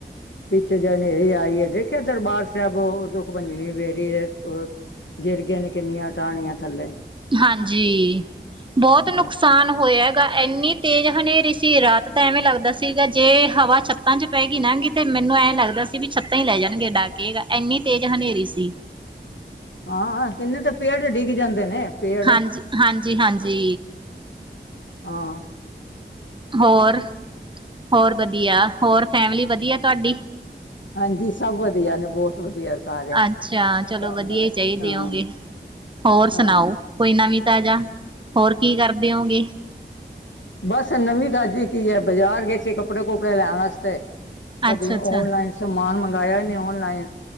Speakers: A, on the left; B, on the right.
A: ਪਿੱਛੇ ਜੇ ਹਨੇਰੀ ਆਈ ਹੈ ਦੇਖਿਆ ਦਰਬਾਰ ਸਾਹਿਬ ਦੁਖ-ਭੰਜਨੀ ਬੇਰੀ ਹੈ ਗਿਰਗੀਆਂ ਨੇ ਕਿੰਨੀਆਂ ਟਾਹਣੀਆਂ ਥੱਲੇ।
B: ਹਾਂਜੀ, ਬਹੁਤ
A: ਹਾਂ
B: ਨੁਕਸ ਨੁਕਸਾਨ ਹੋਇਆ ਗਾ ਇੰਨੀ ਤੇਜ਼ ਹਨੇਰੀ ਸੀ ਰਾਤ ਤਾਂ ਐਵੇਂ ਲੱਗਦਾ ਸੀਗਾ ਜੇ ਹਵਾ ਚੱਕ ਛੱਤਾ ਚ ਪੈ ਗਈ ਲੰਘ ਗਈ ਤੇ ਮੈਨੂੰ ਐਂ ਲੱਗਦਾ ਸੀ ਵੀ ਛੱਤਾਂ ਹੀ ਲੈ ਜਾਣਗੇ ਉਡਾ ਕੇ ਇੰਨੀ ਤੇਜ਼ ਹਨੇਰੀ ਸੀ।
A: ਹਾਂ-ਹਾਂ ਕਿੰਨੇ ਤਾਂ ਪੇੜ ਡਿੱਗ ਜਾਂਦੇ ਨੇ। ਪੇੜ
B: ਹਾਂਜੀ-ਹਾਂਜੀ -ਹਾਂਜੀ।
A: ਹਾਂ।
B: ਹੋਰ -ਹੋਰ ਵਧੀਆ ਹੋਰ ਫੈਮਲੀ ਵਧੀਆ ਤੁਹਾਡੀ।
A: ਹਾਂਜੀ, ਸਭ ਵਧੀਆ ਨੇ ਬਹੁਤ ਵਧੀਆ। ਸਾਰੇ
B: ਅੱਛਾ, ਚਲੋ
A: ਬਸ
B: ਵਧੀਆ ਹੀ ਚਾਹੀਦੇ
A: ਹਾਂ
B: ਹੋਗੇ ਹੋਰ ਸੁਣਾਓ।
A: ਹਾਂ
B: ਕੋਈ ਨਵੀਂ ਤਾਜ਼ਾ ਹੋਰ ਕੀ ਕਰਦੇ ਹੋਗੇ।
A: ਬਸ ਨਵੀਂ ਤਾਜ਼ੀ ਕੀ ਹੈ ਬਾਜ਼ਾਰ ਗਏ ਸੀ ਕੱਪੜੇ -ਕੁੱਪੜੇ ਲੈਣ ਵਾਸਤੇ। ਕਦੇ
B: ਅੱਛਾ
A: ਔਨਲਾਈਨ
B: ਅੱਛਾ
A: ਸਮਾਨ ਮੰਗਵਾਇਆ ਇਹਨੇ ਔਨਲਾਈਨ